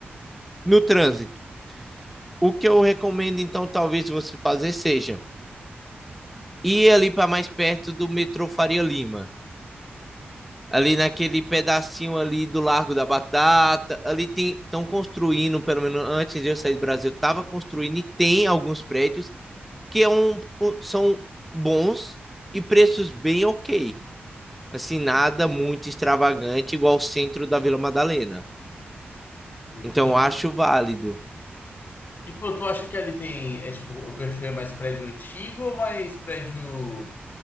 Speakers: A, in the centre; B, on the left.
A: no trânsito. O que eu recomendo, então, talvez você fazer seja ir ali para mais perto do metrô Faria Lima. Ali naquele pedacinho ali do Largo da Batata, ali estão construindo, pelo menos antes de eu sair do Brasil, estava construindo e tem alguns prédios que é um, um, são bons e preços bem ok. Assim, nada muito extravagante, igual o centro da Vila Madalena.
B: Entende?
A: Então, eu acho válido.
B: E pô, tu acha que ali tem, é, tipo, o perfil é mais prédio antigo ou mais prédio